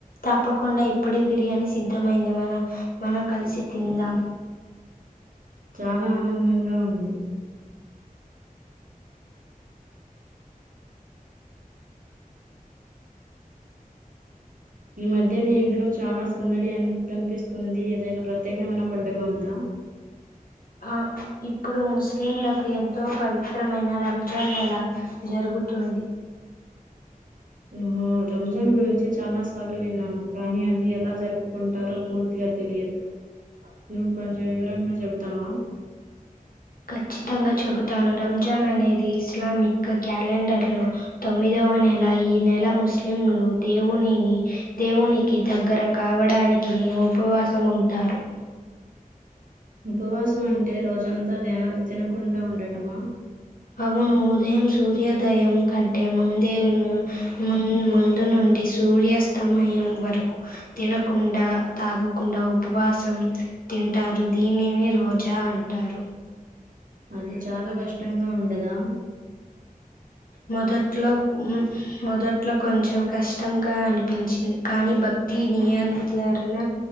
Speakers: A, on the left (about 75°); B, on the right (about 65°).
A: తప్పకుండా ఇప్పుడు బిర్యానీ సిద్ధమయింది మన మనం కలిసి తిందాం.
B: చానా ఆనందంగా ఉంది ఈ మధ్య మీ ఇంట్లో చాలా సందడి అ కనిపిస్తుంది ఏదైనా ప్రత్యేకమైన పండుగ ఉందా
A: ఆ ఇప్పుడు ముస్లింలకు ఎంతో పవి త్రమైన రంజాన్ నెల జరుగుతుంది.
B: ఆహా, రంజాన్ గురించి చాలా సార్లు విన్నాను కానీ అది ఎలా జరుపుకుంటారో పూర్తిగా తెలియదు. నువ్ కొంచం వివరంగా చెబుతావా
A: ఖచ్చితంగా చెబుతాను రంజాన్ అనేది ఇస్లామిక్ క్యాలెండర్ లో తొమ్మిదో వ నెల ఈ నెల ముస్లింలు దేవునిని దేవునికి దగ్గర కావడాని ఈయన ఉపవాసం ఉంటారు.
B: ఉపవాసం అంటే రోజంతా తిన తినకుండా ఉండటమా
A: అవును ఉదయం సూర్యోదయం కంటే ముందే మ్మ్ ముందు నుండి స్ సూర్యాస్తమయం వరకు తినకుండా తాగకుండా ఉపవాసం తి అంటారు దీనినే రోజా అంటారు.
B: అది చాలా కష్టంగా ఉండదా
A: మొదట్లో మ్మ్ మొదట్లో కొంచెం కష్టంగా అనిపించింది కానీ భక్తి నియంతరణ